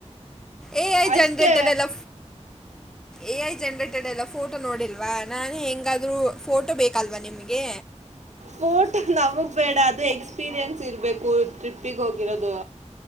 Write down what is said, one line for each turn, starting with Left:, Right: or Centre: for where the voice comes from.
Centre: ಎ ಐ
Right: ಅಷ್ಟೇ
Centre: ಜನ್ರೇಟೆಡ್ ಎಲ್ಲ ಎ ಐ ಜನ್ರೇಟೆಡ್ ಎಲ್ಲ ಫೋಟೋ ನೋಡಿಲ್ವಾ ನಾನು ಹೆಂಗಾದ್ ಫೋಟೋ ಬೇಕಲ್ವಾ ನಿಮ್ಗೆ
Right: ಫೋರ್ಟ್ ನಮಗ್ ಬೇಡ ಅದು ಎಕ್ಸ್ಪೀರಿಯನ್ಸ್ ಇರ್ಬೇಕು ಟ್ರಿಪ್ಪಿಗೆ ಹೋಗಿರೋದು